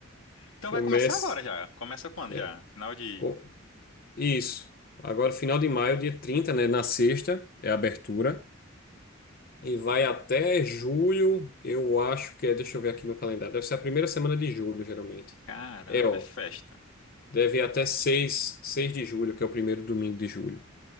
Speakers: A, on the left (about 90°); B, on the left (about 45°).
A: Então vai
B: Começa.
A: começar agora já. Começa quando
B: É,
A: já? Final de.
B: co- Isso. Agora, final de maio, dia 30, né? Na sexta, é a abertura. E vai até julho, eu acho que é. Deixa eu ver aqui no calendário. Deve ser a primeira semana de julho, geralmente.
A: Caramba,
B: É, ó.
A: é festa.
B: Deve ir até seis seis de julho, que é o primeiro domingo de julho.